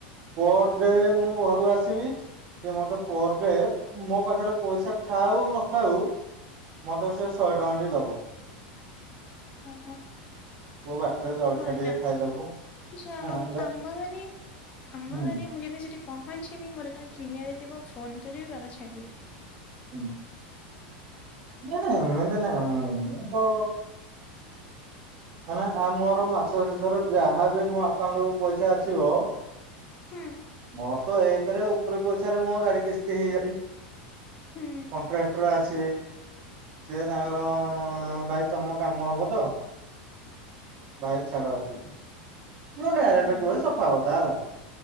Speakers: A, on the right; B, on the left.
A: ପରଡେ ମୁଁ ଘରୁ ଆସିବି ସେ ମତେ ପରଡେ ମୋ ପାଖରେ ପଇସା ଥାଉ ନଥାଉ- ମତେ ସେ ଶହେ ଟଙ୍କା ଟି ଦବ।
B: କୁ କୋ <inaudible>
A: ପୁଅ ବାଟରେ ଜଳଖିଆ
B: ଭଲ
A: ଟିକେ ଖାଇଦବୁ
B: ଯାହଉ
A: ହଁ ଯା
B: ଆମ ଘରେ- ଆମ
A: ହୁଁ
B: ଘରେ ମୁଁ ଯଦି ସେଠି ପହଞ୍ଚିବି ମୋର କଣ କିଣିଆରେ ଥିବ ଫୋନ କରିବି ବାବା ଛାଡିବେ।
A: ହୁଁ ନାଁ ଏମିତି ନା <unintelligible> ମାନେ ଆ ମୋର ମାସ ଶେଷ ଥରେ ଯାହାବି ମୋ ଆକାଉଣ୍ଟକୁୁ ପଇସା ଆସିବ-
B: ହୁଁ
A: ମୋର ତ ଏକ ରେ ଉପରେ ପଇସାରେ ମୋ ଗାଡି କିସ୍ତି ହେଇଯାଉଛି।
B: ହୁଁ
A: କଣ୍ଟ୍ରାକ୍ଟର ଆସିବେ। ସିଏ ତାଙ୍କର ଅ ଭାଇ ତମ କାମ ହବ ତ! ଭାଇ ଛାଡ଼ଏତିକି, ମୁଁ
B: ହୁଁ
A: ଡାଇରେଟ୍
B: ହୁଁ।
A: କୁହେ ସଫାକଥା ହେଲା।